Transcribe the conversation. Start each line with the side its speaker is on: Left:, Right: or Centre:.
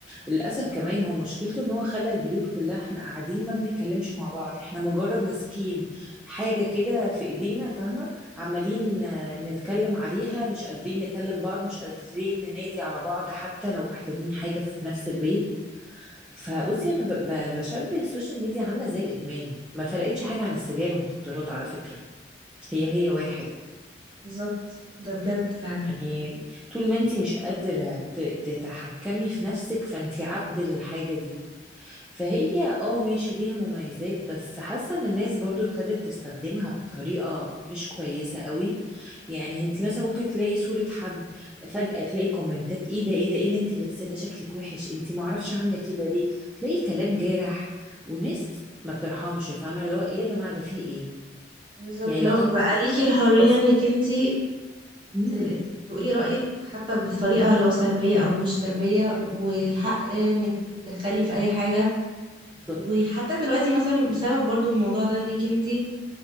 Centre: للأسف كمان هو مشكلته إن هو خلّى البيوت كلّها إحنا قاعدين ما بنتكلّمش مع بعض، إحنا مجرّد ماسكين حاجة كده في إيدينا فاهمة، عمّالين آه، نتكلّم عليها، مش قادرين نكلّم بعض، مش قادرين ننادي على بعض حتى لو محتاجين حاجة في نفس البيت، فبُصّي أنا ب ب باشبّه السوشيال ميديا عاملة زي الإدمان، ما فرقتش حاجة عن السجاير والمخدرات على فكرة، هي، هي واحد،
Right: بالظبط ده بجد فعلا
Centre: يعني طول ما أنتِ مش قادرة ت تتحكّمي في نفسِك فأنتِ عبد للحاجة دي. فهي اه ماشي ليها مميزات بس حاسه ان الناس برضو ابتدت تستخدمها بطريقه مش كويسه قوي يعني انت مثلا ممكن تلاقي صوره حد فجاه تلاقي كومنتات ايه ده ايه ده ايه اللي انت لابساه ده شكلك وحش انت ما اعرفش عامله كده ليه تلاقي كلام جارح وناس ما بترحمش فاهمه اللي هو إيه يا جماعه ده في ايه
Right: بالظبط
Centre: يعني
Right: اللي
Centre: لا
Right: هو
Centre: تقل
Right: بيبقى
Centre: متخيله
Right: ليكي الحرية
Centre: ان قصد.
Right: انك انتي
Centre: امم
Right: ت- تقولي رأيك حتى بطريقة لو سلبية او مش سلبية والحق انك تتدخلي في اي حاجة
Centre: بالظبط
Right: وحتى دلوقتي مثلا بسبب برضو الموضوع ده انك انتي